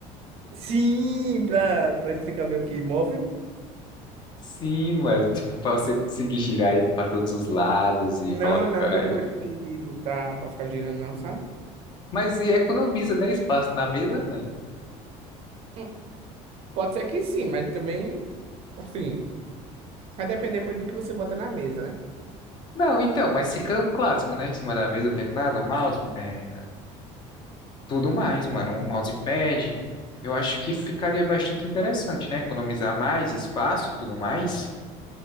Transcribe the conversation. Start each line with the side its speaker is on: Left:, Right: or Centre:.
Right: Sim, pra, pra ele ficar meio que imóvel.
Left: Sim, mano, tipo, pra você conseguir girar ele pra todos os lados e
Right: Não,
Left: colocar
Right: não, que eu não
Left: ele.
Right: gosto de, de botar pra ficar girando, não, sabe?
Left: Mas e economiza, né, espaço na mesa, mano?
Right: Hum, Pode ser que sim, mas também, assim... Vai depender muito do que você bota na mesa, né?
Left: Não, então, mas fica o clássico, né? Em cima da mesa, teclado, mouse, é, tudo mais, mano. Um mousepad. Eu acho que ficaria bastante interessante, né? Economizar mais espaço e tudo mais.